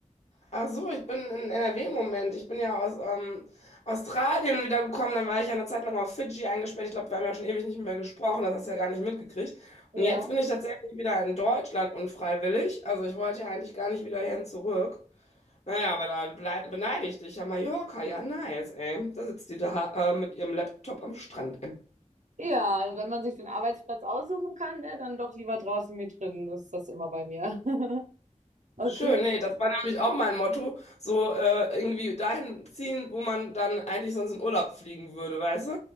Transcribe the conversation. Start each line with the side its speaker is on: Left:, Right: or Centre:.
Left: Ach so, ich bin in NRW im Moment. Ich bin ja aus ähm, Australien wiedergekommen. Dann war ich ja eine Zeit lang auf Fidschi eingesperrt. Ich glaube, wir haben ja schon ewig nicht mehr gesprochen. Das hast du ja gar nicht mitgekriegt.
Right: Ja.
Left: Und jetzt bin ich tatsächlich wieder in Deutschland unfreiwillig. Also ich wollte ja eigentlich gar nicht wieder hierhin zurück. Naja, aber da blei- beneide ich dich. Ja, Mallorca, ja, nice, ey. Da sitzt die da äh, mit ihrem Laptop am Strand.
Right: Ja, also wenn man sich den Arbeitsplatz aussuchen kann, ne, dann doch lieber draußen wie drinnen, ist das immer bei mir. <laughs> Okay.
Left: Schön, nee, das war nämlich auch mein Motto, so äh, irgendwie dahin ziehen, wo man dann eigentlich sonst in Urlaub fliegen würde, weißt du?